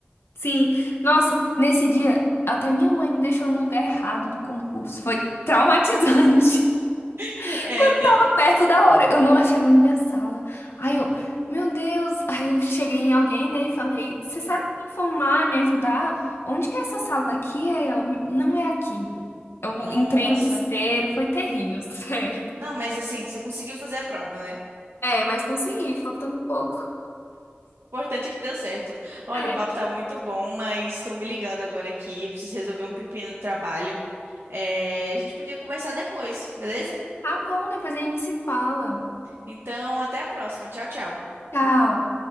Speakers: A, on the left; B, on the right.
A: Sim, nossa, nesse dia até minha mãe me deixou no lugar errado do concurso. Foi traumatizante. <laughs>
B: <laughs> É,
A: Quando
B: tem
A: tava
B: que...
A: perto da hora, eu não achava minha sala. Aí eu, meu Deus, aí eu cheguei em alguém, né, e falei: "Você sabe me informar, me ajudar? Onde que é essa sala aqui?" Aí ela, não é aqui. Eu
B: Nossa.
A: entrei em desespero, foi terrível, <laughs> sério.
B: Não, mas assim, você conseguiu fazer a prova, né?
A: É, mas consegui, faltando pouco.
B: importante é que deu certo. Olha,
A: É,
B: o papo tá muito bom, mas estão me ligando agora aqui. Eu preciso resolver um pepino do trabalho. É, a gente podia conversar depois, beleza?
A: tá bom, depois a gente se fala.
B: Então, até a próxima. Tchau, tchau.
A: Tchau.